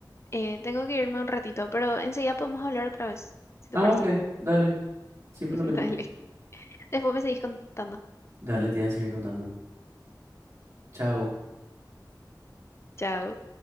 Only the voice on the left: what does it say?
eh, tengo que irme un ratito, pero enseguida podemos hablar otra vez, si te
parece.
<laughs>
Dale. Después me seguís contando.
Chao.